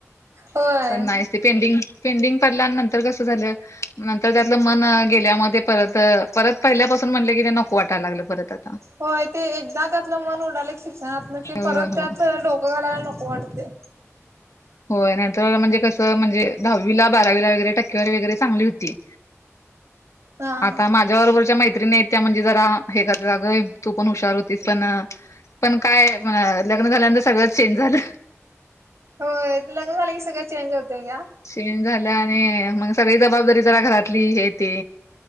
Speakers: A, on the right; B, on the left.
A: होय.
B: पण नाही ते पेंडिंग-पेंडिंग पडल्या नंतर, कसं झालं? नंतर त्यातलं मन गेल्यामध्ये, परत, परत पहिल्यापासून म्हटले की, ते नको वाटायला लागलं परत अत
A: होय, ते एकदा त्यातलं मन उडाल शिक्षणातल, की
B: हो
A: परत
B: हो
A: त्यात डोक घालायला नको, वाटतय.
B: होय नायत, म्हणजे कसं, म्हणजे दहावीला बारावीला वगैरे, टक्केवारी वगैरे, चांगली होती.
A: हा
B: आता मा झ्या बरोबरच्या मैत्रीणीत, त्या म्हणजे जरा, हे करतात, अगं तू पण हुशार होतीस, पण पण काय, म्हण लग्न झाल्यानंतर, सगळंच चेंज झालं.
A: होयं, लग्न झालं की, सगळं चेंज होतय घ्या.
B: चेंज झालं आणि, मग सगळी जबाबदारी, जरा घरातली हे ते.